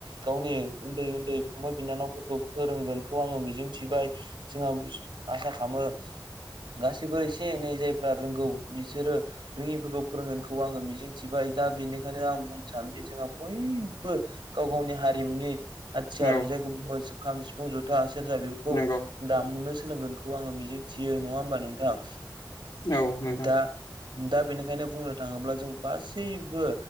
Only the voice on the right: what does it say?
गावनि उन्दै उन्दै फंबाय बिनानावफोरखौ फोरोंगोनखौ आङो मिजिंथिबाय जोंहा आसा खालामो गासैबो एसे एनै जायफ्रा रोंगौ बिसोरो रोङिफोरखौ फोरोंगोनखौ आङो मिजिंथिबाय दा बेनिखायनो आं बुंनो सानोदि जोंहा बयबो गाव गावनि हारिमुनि हाथियार
जायखौ बुङो खाम सिफुं जथा सेरजा बेफोरखौ
दामनो सोलोंगोनखौ आङो मिजिंथियो नङा होमबा नोंथां
दा दा बेनिखायनो बुंनो थाङोब्ला जों गासैबो